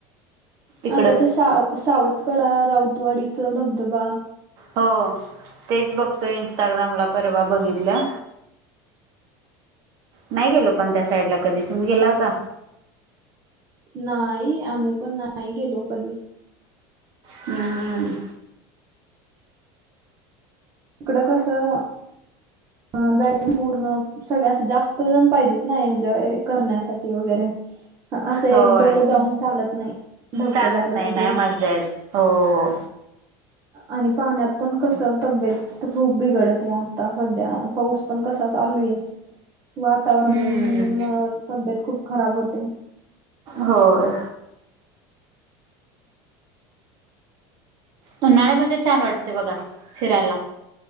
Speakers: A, on the right; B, on the right.
A: इकडं
B: आता ते साव सावतकडा, राऊतवाडीचं धबधबा
A: हो, तेच बघतोय इन्स्टाग्रामला परवा बघितलं नाही गेलो पण त्या साईड ला कधी, तुम्ही गेला होता?
B: नाही, आम्ही पण नाही गेलो कधी.
A: हम्म हम्म.
B: इकडं कसं हं जायचं पूर्ण सगळ्या असं जास्तजण पाहिजेत ना, एन्जॉय करण्यासाठी वगैरे. ह असं
A: होय
B: एक दोघं जाऊन चालत नाही, धबधब्याला
A: चालत नाही
B: वगैरे.
A: नाही मज्जा येत हो हो.
B: आणि पाण्यात पण कसं तब्येत खूप बिघडत्या आता सध्या. हा पाऊस पण कसा चालूये वातावरण
A: हम्म.
B: मग तब्येत खूप खराब होते
A: होय उन्हाळ्यामध्ये छान वाटते बघा फिरायला